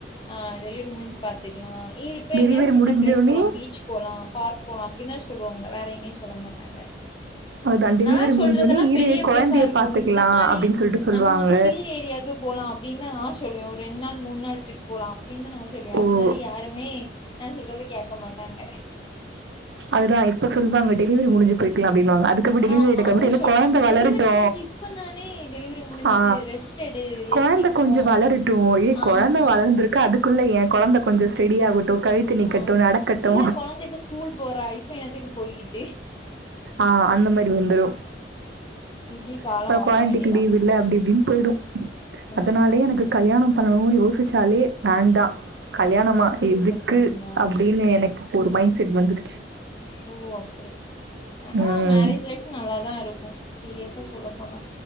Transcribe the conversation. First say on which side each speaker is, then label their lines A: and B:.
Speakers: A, on the left; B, on the right.
A: ஆ டெலிவரி முடிஞ்சு பாத்துக்கலா இ இப்ப
B: டெலிவரி
A: எங்கேயா சின்ன
B: முடிஞ்சோனே
A: பிளேஸ் போலா பீச் போலா பார்க் போலா அப்டின்னுதா சொல்லுவாங்க வேற எங்கயு சொல்ல மாட்டாங்க
B: அதுதா டெலிவரி
A: நான்
B: முடிஞ்சோனே
A: சொல்றதெல்லாம்
B: இரு
A: பெரிய
B: கொழந்தய
A: பிளேஸா இருக்கும்.
B: பாத்துக்லா
A: இந்த மாரி
B: அப்டின்னு சொல்லிட்டு சொல்லுவாங்க
A: நம்ம வந்து ஹில் ஏரியாவுக்கு போலாம் அப்பிடின்னு தான் நான் சொல்வேன் ஒரு ரெண்டு நாள் மூணு நாள் டிரிப் போலாம் அப்பிடின்னு தான் நான் சொல்லுவேன்
B: ஓ!
A: அதனால யாருமே நான் சொல்றத கேக்க மாட்டாங்க
B: அதுதான் இப்ப சொல்வாங்க டெலிவரி முடிஞ்சு போயிக்கலாம் அப்டினுவாங்க அதுக்கப்ப டெலிவரி
A: ஆமா.
B: டேக்கு
A: அப்புறம்
B: அப்டி இல்ல
A: சொல்லுவாங்க,
B: கொழந்த வளரட்டு
A: "டெலிவரி முடிஞ்சு இப்ப தானே டெலிவரி முடிஞ்சது.
B: ஆ
A: ரெஸ்ட் எடு.
B: கொழந்த
A: எதுக்கு இப்போ?"
B: கொஞ்ச வளரட்டு ஏய் கொழந்த
A: ஆமா,
B: வளந்திருக்கு அதுக்குள்ள ஏ கொழந்த கொஞ்ச ஸ்டெடி ஆகட்டு கழுத்து நிக்கட்டு
A: ஆமா.
B: நடக்கட்டு
A: இல்ல குழந்தை இப்ப ஸ்கூல் போறா இப்ப என்னத்துக்கு போய்கிட்டு
B: ஆ அந்த மாரி வந்துரு
A: இப்படி காலம்
B: அப்ற
A: ஓட்ட
B: கொழந்தைக்கு
A: வேண்டியதான்.
B: லீவ் இல்ல அப்டி இப்டின் போய்டு அதனாலாயே
A: ஆமா.
B: எனக்கு கல்யாணம் பண்ணனு யோசிச்சாலே வேண்டா கல்யாணமா
A: ஓ! அப்படி
B: எதுக்கு
A: சொல்றீங்களா?
B: அப்டினு எனக் ஒரு மைண் செட் வந்துருச்சி
A: ஓ! அப்படி. ஆனா
B: ம்
A: மேரேஜ் லைஃபு நல்லாதா இருக்கு சீரியஸா சொல்ல போனா